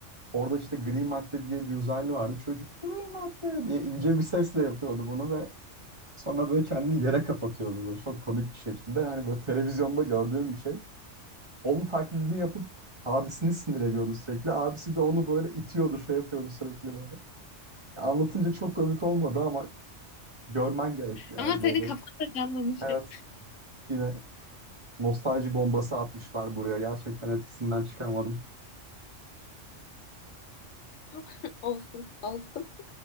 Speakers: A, on the right; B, on the left.
A: Orada işte gri madde diye bir uzaylı vardı. Çocuk gri madde diye ince bir sesle yapıyordu bunu ve sonra böyle kendini yere kapatıyordu böyle çok komik bir şekilde. Yani böyle televizyonda gördüğüm bir şey. Onun taklidini yapıp abisini sinir ediyordu sürekli. Abisi de onu böyle itiyordu, şey yapıyordu sürekli böyle. Ya Anlatınca çok komik olmadı ama görmen gerek yani
B: Ama
A: böyle.
B: senin kafanda canlanışı.
A: Evet. Yine nostalji bombası atmışlar buraya. Gerçekten etkisinden çıkamadım.
B: <laughs> Olsun. Olsun.